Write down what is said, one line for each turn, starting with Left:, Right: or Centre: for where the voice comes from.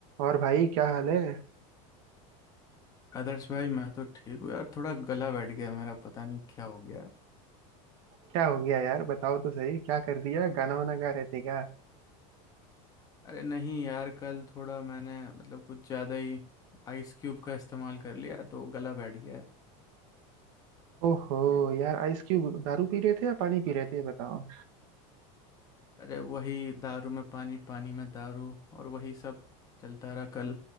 Right: और भाई क्या हाल है
Left: आदर्श भाई मैं तो ठीक हूँ यार थोड़ा गला बैठ गया मेरा पता नहीं क्या हो गया
Right: क्या हो गया यार बताओ तो सही क्या कर दिया गाना वाना गा रहे थे क्या
Left: अरे नहीं यार कल थोड़ा मैंने मतलब कुछ ज़्यादा ही आइस क्यूब का इस्तेमाल कर लिया तो गला बैठ गया है
Right: ओहो यार आइस क्यूब दारू पी रहे थे या पानी पी रहे थे ये बताओ
Left: अरे वही दारू में पानी पानी में दारू और वही सब चलता रहा कल